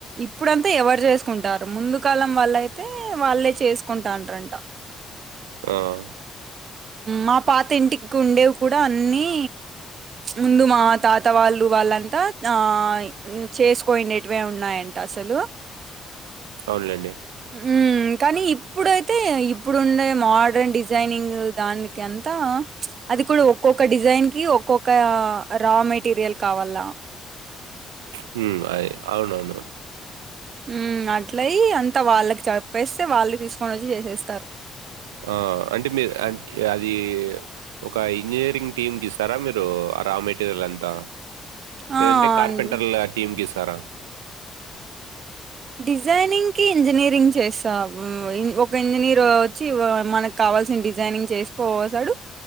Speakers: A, on the right; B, on the right.
A: ఇప్పుడంతా ఎవరు చేస్త కుంటారు ముందు కాలం వాళ్ళ అయితే వాళ్ళే చేసుకుంటా అంటార్ అంట
B: ఓహ్
A: మా పాత ఇంటికి ఉండేవి కూడా అన్ని ముందు మా తాత వాళ్ళు వాళ్ళంతా ఆ చేసుకోయినటివే ఉన్నాయంట అసలు
B: అవునులెండి.
A: మ్ కానీ ఇప్పుడైతే ఇప్పుడుండే మోడర్న్ డిజైనింగ్ దానికి అంత త అది కూడా ఒక్కొక్క డిజైన్ కి ఒక్కొక్క రా మెటీరియల్ కావాల
B: హుమ్ అయి అవునవును
A: మ్ అట్లయి అంత వాళ్ళకి చెప్పేస్తే వాళ్ళే తీసుకొని ఓచ్చి చేసేస్తారు
B: ఆ అంటే మీరు అంట్ ఆది ఒక ఇంజనీరింగ్ టీమ్కి ఇస్తారా మీరు రా మెటీరియల్ అంతా లేదంటే
A: ఆ!
B: కార్పెంటర్ల
A: అండి.
B: టీమ్ కిస్తారా
A: డిజైనింగ్ కి ఇంజనీరింగ్ చేస్తా మ్ ఓ ఒక ఇంజనీర్ ఓచ్చి మనకి క వాల్సిన్ డిజైనింగ్ చేసుకపోతాడు